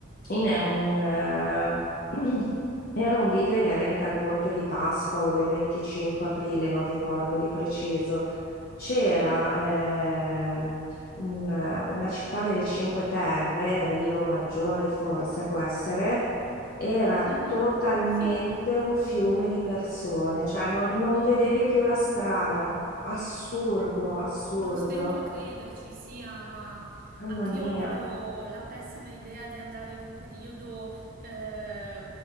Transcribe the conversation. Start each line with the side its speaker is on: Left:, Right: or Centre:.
Left: in- un, eh, <clears throat> era un video inerente al ponte di Pasqua o del 25 aprile, non ricordo di preciso. C'era ehm, un- una città delle Cinque Terre, Rio Maggiore forse può essere, era
Right: Mhm.
Left: totalmente
Right: Sì.
Left: un fiume di persone, cioè non, non
Right: Mhm.
Left: vedevi più la strada. Assurdo, assurdo.
Right: Non stento a crederci, sia, ma
Left: Mamma
Right: anch'io
Left: mia.
Right: ho avuto la pessima idea di andare in un periodo eh,